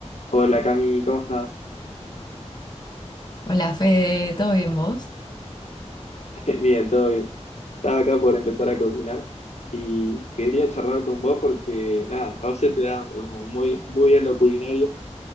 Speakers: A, on the left; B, on the left.
A: Hola Cami, ¿cómo estás?
B: Hola Fede, ¿todo bien vos?
A: <laughs> Bien, todo bien. Estaba acá por empezar a cocinar y quería charlar con vos porque, nada, a vos se te da como muy, muy bien lo culinario